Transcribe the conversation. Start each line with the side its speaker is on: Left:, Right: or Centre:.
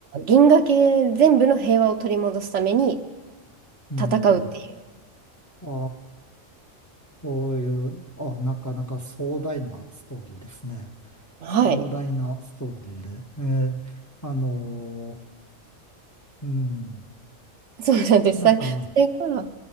Right: 銀河系全部の平和を取り戻すために
Left: うん。
Right: 戦うっていう。
Left: ああ、そういう、あ、なかなか壮大なストーリーですね。
Right: はい。
Left: 壮大なストーリーで。ええ、あのーうん。
Right: そうなんです。
Left: なんか、
Right: さそれが、